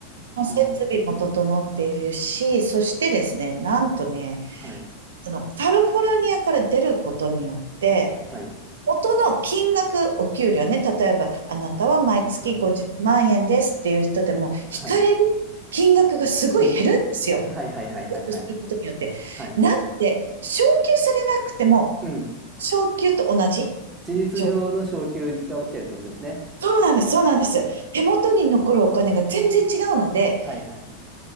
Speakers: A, on the right; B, on the right.
A: 設備も整っているし、
B: ん。
A: そしてですね、なんとね、
B: はい。
A: あの、カリフォルニアから出ることによって、
B: はい。
A: 元の金額、お給料ね、例えば、あなたは毎月50万円ですっていう人でも、
B: あ、はい。
A: 引かれる金額がすごい減るんですよ。
B: うん。はいはいはいはいはい。
A: することによって。
B: はい。
A: なので、昇給されなくても、
B: うん。
A: 昇給と同じ
B: 事実上の昇給が起きてるってことですね。
A: 状そうなんです、そうなんです。手元に残るお金が全然違うので、
B: はいはい。